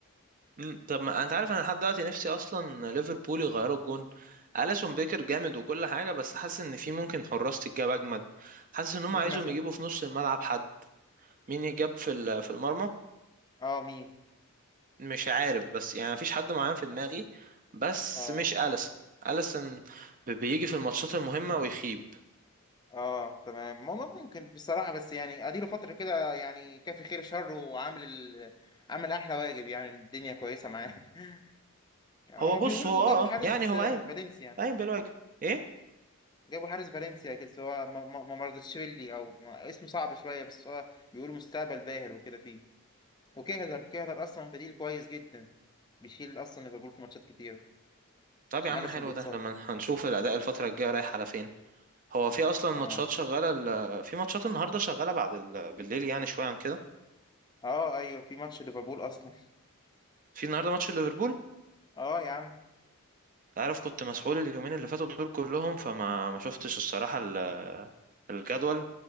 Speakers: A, on the right; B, on the left.
A: مم، طب ما انت عارف انا لحد دلوقتي نفسي اصلا ليفربول يغيروا الجون اليسون بيكر جامد وكل حاجه بس حاسس ان في ممكن حراس تتجاب اجمد حاسس ان هم
B: مين
A: عايزهم
B: مثلا
A: يجيبوا في نص الملعب حد مين يجاب في ال- في المرمى
B: اه مين
A: مش عارف بس يعني مفيش حد معين في دماغي بس
B: اه
A: مش أليسن أليسن ب- بيجي في الماتشات المهمة ويخيب
B: اه تمام ما ما ممكن بصراحة بس يعني اديله فترة كده يعني كافي خير شر وعامل ال... عامل احلى واجب يعني الدنيا كويسة معاه <laughs> يعني
A: هو
B: هما
A: بص
B: بيقولوا
A: هو اه
B: جابوا حارس
A: يعني هو
B: آه،
A: قايم
B: فالنسيا
A: قايم بالواجب ايه
B: جابوا حارس فالنسيا كده بس هو ما ما- ما مرضتشفيلي او ما- اسمه صعب شوية بس هو بيقولوا مستقبل باهر وكده فيه وكهلر كهلر اصلا بديل كويس جدا بيشيل اصلا ليفربول في ماتشات كتيرة
A: طب
B: عشان
A: يا عم
B: اليسون
A: حلو
B: بيتصاب
A: ده لما هنشوف الأداء الفترة الجاية رايح على فين هو في أصلا ماتشات
B: اه
A: شغالة ال... في ماتشات النهاردة شغالة بعد ال... بالليل يعني شوية عن كده
B: اه ايوه في ماتش ليفربول اصلا
A: في النهاردة ماتش ليفربول
B: اه يا عم
A: انت عارف كنت مسحول اليومين اللي فاتوا دول كلهم فما ما شفتش الصراحة ال... الجدول